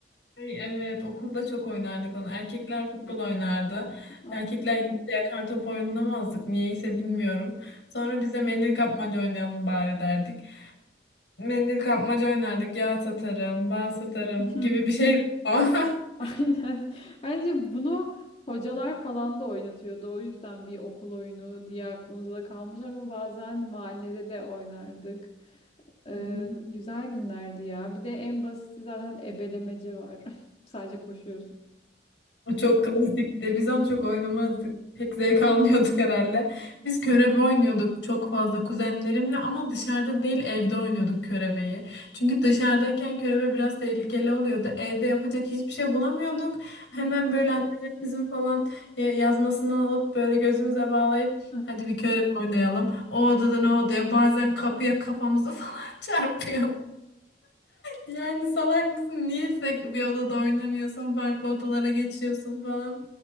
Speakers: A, on the left; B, on the left.
A: Ay, evet okulda çok oynardık onu. Erkekler futbol oynardı.
B: Aynen.
A: Erkekler gidince yakar top oynamazdık. Niyeyse bilmiyorum. Sonra biz de mendil kapmaca oynayalım bari derdik. Mendil kapmaca oynardık. Yağ satarım, bal satarım
B: <laughs>
A: gibi bir şeydi o. <laughs>
B: Aynen. Bence bunu hocalar falan da oynatıyordu. O yüzden bir okul oyunu diye aklımızda kalmış ama bazen mahallede de oynardık. Ee,
A: Hmm.
B: güzel günlerdi ya. Bir de en basiti zaten ebelemece var. <laughs> Sadece koşuyorsun.
A: O çok klasikti. Biz onu çok oynamazdık. Pek zevk <laughs> almıyorduk herhalde. Biz körebe oynuyorduk çok fazla kuzenlerimle ama dışarıda değil evde oynuyorduk körebeyi. Çünkü dışarıdayken körebe biraz tehlikeli oluyordu. Evde yapacak hiçbir şey bulamıyorduk. Hemen
B: Hı
A: böyle annelerimizin falan ya- yazmasından alıp böyle gözümüze bağlayıp
B: hı.
A: hadi bir körebe oynayalım. O odadan o odaya bazen kapıya kafamızı <laughs> falan çarpıyorduk. Yani salak mısın? Niye tek bir odada oynamıyorsun? Farklı odalara geçiyorsun falan.